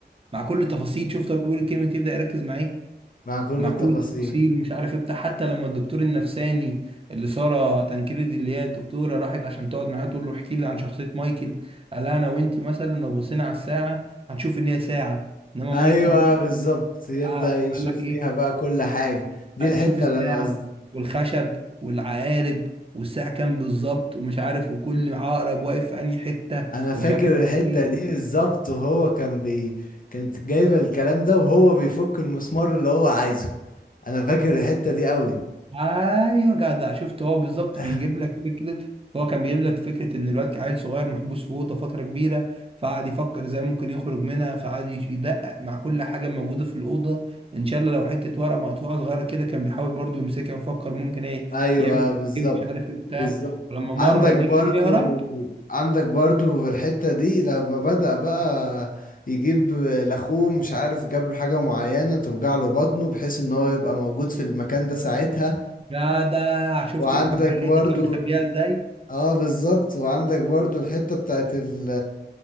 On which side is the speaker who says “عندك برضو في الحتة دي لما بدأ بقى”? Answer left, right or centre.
Left